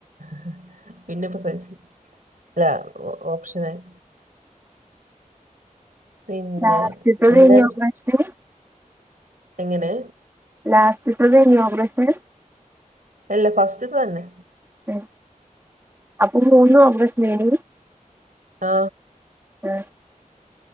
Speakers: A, on the right; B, on the right.
A: ഹ പിന്നെ പ്രസയിച്ച്. ല്ല ഒ ഓപ്ഷനായി പിന്നെ
B: ലാസ്റ്റത്തെ
A: എങ്ങനെ
B: കഴിഞ്ഞോ ഓപ്പറേഷന്
A: എങ്ങനെ
B: ലാസ്റ്റ്തദെയിനി ഓപറേഷൻ
A: അല്ല ഫസ്റ്റ്ത്തെ തന്നെ.
B: മ് അപ്പൊ മൂന്നു ഓപ്രഷനായിനി?
A: ആ
B: മ്